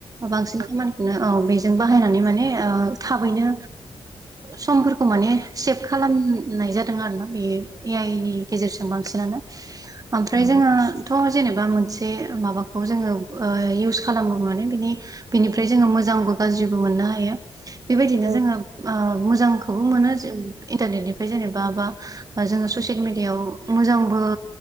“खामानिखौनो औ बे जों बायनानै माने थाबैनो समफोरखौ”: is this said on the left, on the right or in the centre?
Right